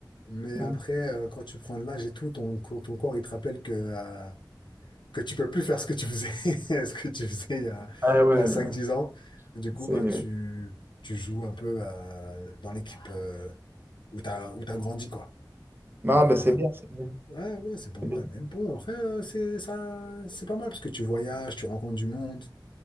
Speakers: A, on the left; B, on the right.
A: Mais après,
B: Mm.
A: euh, quand tu prends de l'âge et tout, ton, co- ton corps, il te rappelle que euh, que tu peux plus faire ce que tu faisais, <laughs> ce que tu faisais il y a,
B: Ah ouais,
A: il y a 5-10
B: bah,
A: ans. Du coup,
B: C'est...
A: bah, tu, tu joues un peu euh, dans l'équipe euh, où tu as, où t'as grandi, quoi.
B: Non,
A: Donc, euh,
B: bah,
A: voilà.
B: c'est bien, c'est bien,
A: Ouais, ouais, c'est pas
B: c'est
A: mal.
B: bien.
A: Mais bon, après, euh, c'est ça, c'est pas mal parce que tu voyages, tu rencontres du monde.